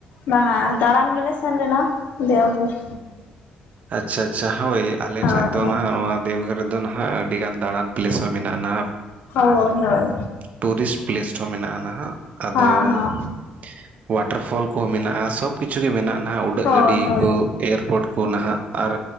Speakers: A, on the left; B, on the right.
A: ᱵᱟᱝᱼᱟ ᱫᱟᱬᱟᱱ ᱜᱮᱞᱮ ᱥᱮᱱ ᱞᱮᱱᱟ ᱫᱮᱣᱜᱷᱚᱨ
B: ᱟᱪᱪᱷᱟ ᱟᱪᱪᱷᱟ ᱦᱳᱭ ᱟᱞᱮᱴᱷᱮᱡ
A: ᱦᱳᱭ
B: ᱫᱚ
A: ᱦᱳᱭ
B: ᱱᱟᱦᱟᱜ ᱱᱚᱣᱟ ᱫᱮᱣᱜᱷᱚᱨ ᱨᱮᱫᱚ ᱱᱟᱦᱟᱜ ᱟᱹᱰᱤ ᱜᱟᱱ ᱫᱟᱬᱟᱱᱼᱼ ᱯᱞᱮᱥ ᱦᱚᱸ ᱢᱮᱱᱟᱜᱼᱟ ᱟᱱᱟ
A: ᱦᱳᱭ ᱦᱳᱭ
B: ᱴᱩᱨᱤᱥᱴ ᱯᱞᱮᱥ ᱦᱚᱸ ᱢᱮᱱᱟᱜᱼᱟ ᱱᱟᱦᱟᱜ, ᱟᱫᱚ
A: ᱦᱚᱸ
B: <inaudible> ᱣᱟᱴᱟᱨ ᱯᱷᱚᱞ ᱠᱚᱦᱚᱸ ᱢᱮᱱᱟᱜᱼᱟ ᱥᱚᱵ ᱠᱤᱪᱷᱩ ᱜᱮ ᱢᱮᱱᱟᱜᱼᱟ ᱱᱟᱦᱟᱜ ᱩᱰᱟᱹᱜ
A: ᱦᱚᱸ
B: ᱜᱟᱹᱰᱤ
A: ᱦᱳᱭ ᱦᱳᱭ
B: ᱠᱚ ᱮᱭᱟᱨᱯᱳᱨᱴ ᱠᱚ ᱱᱟᱦᱟᱜᱼᱼ ᱟᱨ